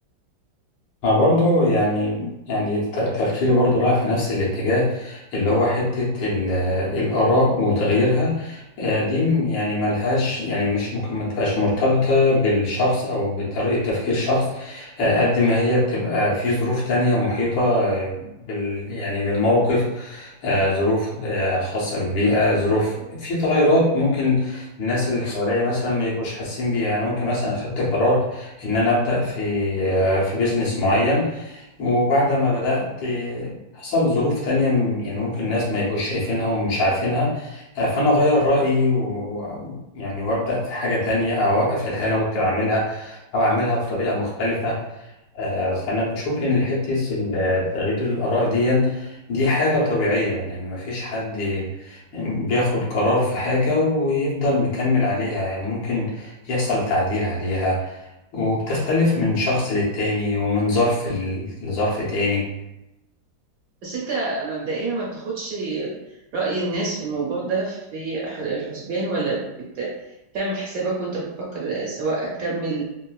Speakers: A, on the left (about 80°); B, on the right (about 60°).
A: انا برضو يعني يعني ت- تفكيري برضو رايح في نفس الاتجاه اللي هو حتة ال- الآراء وتغييرها آه، دي م- يعني ملهاش يعني مش ممكن ما تبقاش مرتبطة بالشخص أو بطريقة تفكير شخص آه، قد ما هي بتبقى في ظروف تانية محيطة آه، بال يعني بالموقف آه، ظروف آه، خاصة بالبيئة ظروف في تغيرات ممكن الناس اللي حواليا مثلا ما يبقوش حاسين بيها يعني ممكن مثلا أخدت قرار ان انا ابدا في في بيزنس معين وبعد ما بدات حصل ظروف تانية م- يعني ممكن الناس ما يبقوش شايفينها ومش عارفينها آه، فانا اغير رايي و يعني وابدا في حاجه تانية او اوقف الحاجه اللي انا كنت بعملها او اعملها بطريقه مختلفه آه، فانا بشوف ان حته ال- تغيير الاراء دي دي حاجه طبيعيه يعني ما فيش حد بياخد قرار في حاجه ويفضل مكمل عليها يعني ممكن يحصل تعديل عليها وبتختلف من شخص للتاني ومن ظرف ل- لظرف تاني
B: بس أنت مبدئيا ما بتاخدش رأي الناس في الموضوع ده في ح- الحسبان ولا بت... تعمل حسابك وأنت بتفكر سواء هتكمل